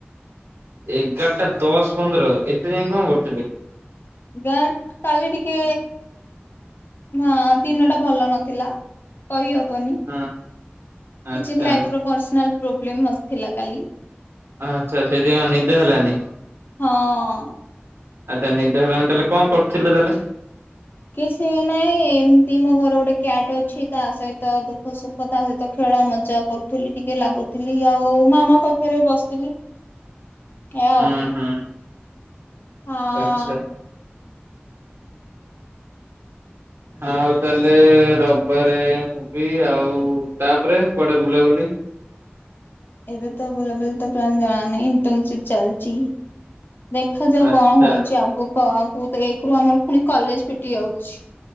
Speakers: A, on the right; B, on the left.
A: ଏଗାରଟା ଦଶ ପନ୍ଦର ଏତେ ଯାଏଁ କଁ କରୁଥୁଲ?
B: ଗାଁଟ୍ କାଲି ଟିକେ ହଁ ଦିନଟା ଭଲ ନଥିଲା କହିହବନି।
A: ହଁ ଆଚ୍ଛା
B: କିଛି ଲାଇଫ୍ ର ପର୍ସନାଲ୍ ପ୍ରୋବଲମ୍ ନ ଥିଲା କାଲି।
A: ହଁ ଆଚ୍ଛା ସେଇଥିପାଇଁ ଆଉ ନିିଦ ହେଲାନି।
B: ହଁ।
A: ଆଚ୍ଛା ନିଦ ହେଲାନି ତାଲେ କଁ କରୁଥୁଲେ ତାଲେ।
B: କିଛି ନାହିଁ ଏମତି ମୋ ଘରେ ଗୋଟେ କ୍ୟାଟ୍ ଅଛି ତା ସହିତ ଦୁଃଖ ସୁ ଖ ତା ସହିତ ଖେଳ ମଜା କରୁଥୁଲି ଟିକେ ଲାଗୁଥୁଲି ଆଉ ମାମା ପାଖରେ ବି ବସିଥିଲି। ଆଉ
A: ହୁଁ ହୁଁ
B: ହଁ।
A: ଆଚ୍ଛା। ଆଉ ତାହେଲେ ରବିବାରେ ମୁଭୀ ଆଉ ତାପରେ କୁଆଡେ ବୁଲାବୁଲି?
B: <inaudible> ଦେଖାଯାଉ
A: ଆଚ୍ଛା
B: କଣ ହଉଛି ଆଗକୁ ଆଉ ଆଗ ତ ଏକରୁ ଆମର ପୁଣି କଲେଜ ଫିଟି ଯାଉଛି।